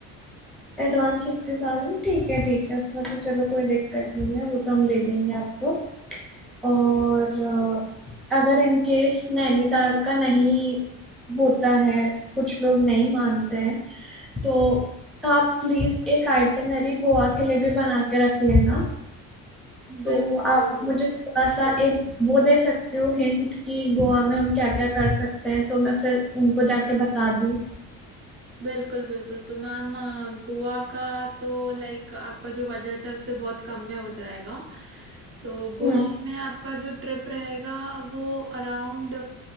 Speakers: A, in the centre; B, on the right.
A: एडवांस सिक्सटी थाउजेंड ठीक है ठीक है उसमें तो चलो कोई दिक्कत नहीं है वो तो हम दे देंगे आपको और अ, अगर इन केस नैनीताल का नहीं होता है कुछ लोग नहीं मानते हैं तो आप प्लीज एक आइटनरी गोवा के लिए भी बना के रख लेना तो
B: बिल्कुल
A: आप मुझे थोड़ा सा एक वो दे सकते हो हिंट कि गोवा में हम क्या क्या कर सकते हैं तो मैं फिर उनको जाके बता दूं
B: बिल्कुल बिल्कुल तो मैम अ, गोवा का तो लाइक आपका जो बजट है उससे बहुत कम में हो जाएगा सो गोवा
A: हम्म
B: में आपका जो ट्रिप रहेगा वो अराउंड